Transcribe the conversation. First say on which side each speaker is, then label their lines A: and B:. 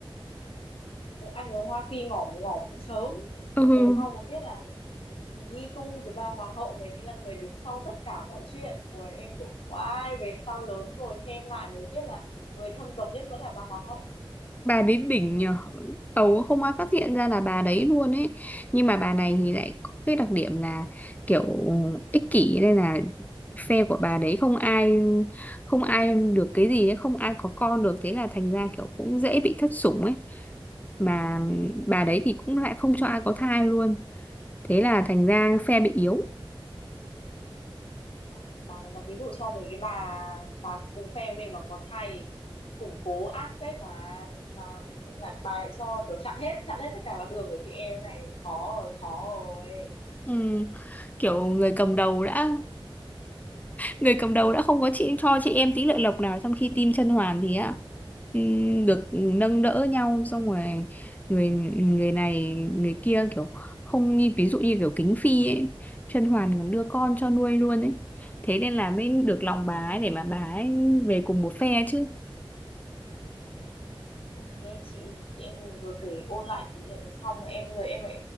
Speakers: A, on the left; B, on the left.
A: Ủa, anh ở Hoa Phi ngỏm ngỏm cũng sớm
B: ừ
A: về sau mới biết là Nhi Tu cái bà hoàng hậu mới chính là người đứng sau tất cả mọi chuyện Ủa, em kiểu oai về sau lớn rồi xem lại mới biết là người thâm độc nhất vẫn là bà hoàng hậu
B: bà đến đỉnh nhờ tàu không ai phát hiện ra là bà đấy luôn ấy nhưng mà bà này thì lại có cái đặc điểm là kiểu ích kỷ nên là phe của bà đấy không ai không ai được cái gì ấy, không ai có con được thế là thành ra kiểu cũng dễ bị thất sủng ấy mà bà đấy thì cũng lại không cho ai có thai luôn thế là thành ra phe bị yếu
A: mà bà này mà ví dụ cho mình cái bà bà cùng phe với mình mà có thai thì củng cố ác phết mà mà lại bà lại cho kiểu chặn hết chặn hết tất cả các đường của chị em này khó rồi khó rồi
B: ừ. kiểu người cầm đầu đã người cầm đầu đã không có chị cho chị em tí lợi lộc nào trong khi team chân hoàn thì á ừm, được nâng đỡ nhau xong rồi người người này người kia kiểu không như ví dụ như kiểu Kính Phi ấy chân hoàn còn đưa con cho nuôi luôn ấy thế nên là mới được lòng bà ấy để mà bà ấy về cùng một phe chứ
A: Ôi, nghe chị chị em mình vừa kể ôn lại kỷ niệm xong mà em bây giờ em lại